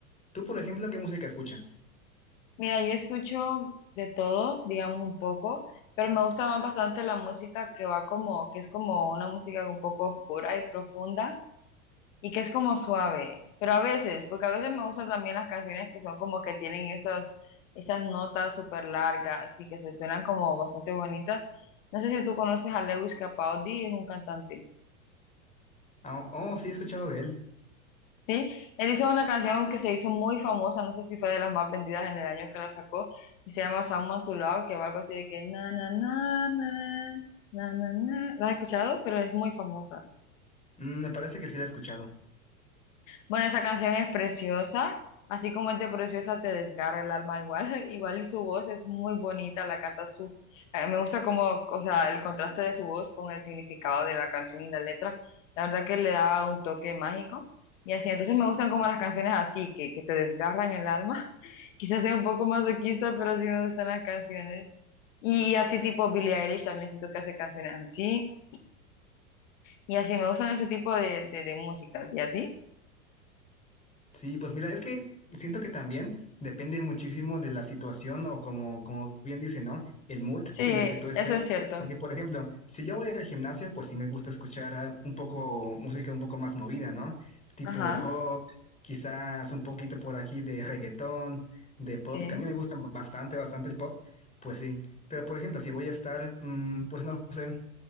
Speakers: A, on the left; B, on the left.
A: ¿Tú, por ejemplo, qué música escuchas?
B: Mira, yo escucho de todo, digamos un poco, pero me gusta más bastante la música que va como, que es como una música un poco oscura y profunda y que es como suave, pero a veces, porque a veces me gustan también las canciones que son como que tienen esos, esas notas súper largas y que se suenan como bastante bonitas. No sé si tú conoces a Lewis Capaldi, es un cantante.
A: Oh, oh, sí, he escuchado de él.
B: ¿sí? Él hizo una canción que se hizo muy famosa, no sé si fue de las más vendidas en el año que la sacó, y se llama Someone to Love, que va algo así de que na na na na na na na. ¿La has escuchado? Pero es muy famosa.
A: Mm, me parece que sí la he escuchado.
B: Bueno, esa canción es preciosa, así como es de preciosa te desgarra el alma igual, <laughs> igual su voz es muy bonita, la canta su, eh, me gusta como, o sea, el contraste de su voz con el significado de la canción y la letra, la verdad que le da un toque mágico y así, entonces me gustan como las canciones así, que, que te desgarran el alma, <laughs> quizás sea un poco masoquista, pero sí me gustan las canciones y así tipo Billie Eilish también siento que hace canciones así y así me gustan ese tipo de, de, de músicas, ¿y a ti?
A: Sí, pues mira, es que siento que también depende muchísimo de la situación o como, como bien dice, ¿no? El mood
B: Sí,
A: en el que tú estés.
B: eso es cierto.
A: Porque, por ejemplo, si yo voy al gimnasio, pues sí me gusta escuchar ah, un poco música un poco más movida, ¿no? Tipo
B: Ajá.
A: rock, quizás un poquito por aquí de reggaetón, de pop,
B: Sí.
A: que a mí me gusta bastante, bastante el pop, pues sí. Pero, por ejemplo, si voy a estar, mm, pues no sé